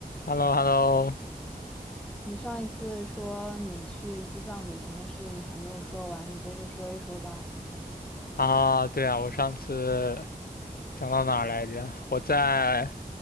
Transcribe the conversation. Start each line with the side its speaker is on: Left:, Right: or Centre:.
Left: h e l l o h e l l o
Centre: 你上一次说你去西藏旅行的事，你还没有说完，你接着说一说吧。
Left: 啊，对啊，我上次讲到哪儿来着？我在